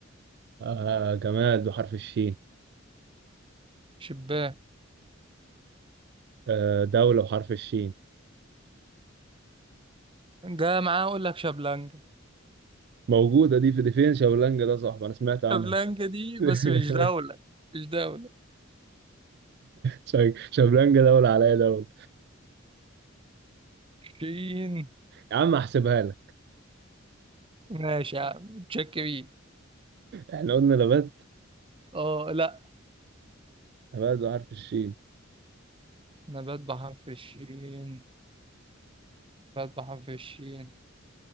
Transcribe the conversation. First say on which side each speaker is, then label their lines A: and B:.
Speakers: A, on the right; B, on the right.
A: آه جماد بحرف الشين
B: شباه
A: آه، دولة بحرف الشين
B: ده معاه اقول لك شابلانكا
A: موجودة دي في دي فين شابلانجا ده صاحبي أنا سمعت عنها
B: شابلانكا دي
A: <laughs>
B: بس مش دولة مش دولة
A: شا- شابلانجا دولة عليا دولة
B: شين
A: يا عم أحسبها لك
B: ماشي يا عم تشك بيه
A: إحنا قلنا نبات
B: اه لا
A: نبات بحرف الشين
B: نبات بحر في الشين نبات بحر في الشين